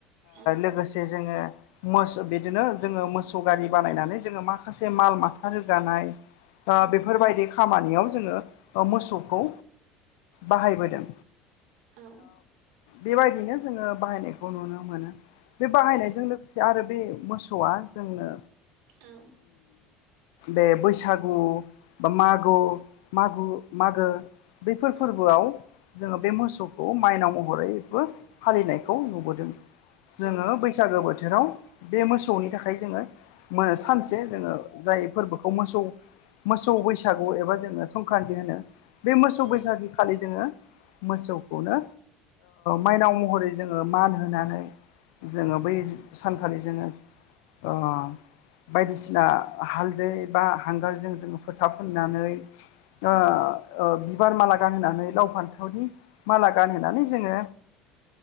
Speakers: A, on the right; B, on the left.
A: औ
B: लोगोसे जोङो मोस बिदिनो जोङो मोसौ गारि बानायनानै जोङो माखासे माल माथा रोगानाय
A: औ
B: बेफोर बायदि खामानियाव जोङो मोसौखौ बाहायबोदों
A: औ
B: बेबायदिनो जोङो बाहायनायखौ नुनो मोनो बे बाहायनायजों
A: उम
B: लोगोसे आरो बे मोसौआ जोंनो
A: औ
B: बे बैसागु बा मागो माग मागो बैफोर
A: उम
B: फोरबो बोआव जोङो बे मोसौखौ माइनाव महरैबो फालिनायखौ नुबोदों जोङो
A: औ
B: बैसागो बोथोराव बे मोसौनि थाखाय जोङो सानसे जोङो जाय फोरबोखौ मोसौ मोसौ बैसागु एबा जोङो संक्रान्ति होनो बे मोसौ
A: औ
B: बैसागु खालि जोङो मोसौखौनो माइनाव महरै जोङो मान होनानै जोङो बै सानखालि जोङो <unintelligible> बायदिसिना हालदै बा हांगारजों जोङो फोथा फुननानै बिबार
A: औ
B: माला गानहोनानै लाव फान्थावनि माला गानहोनानै जोङो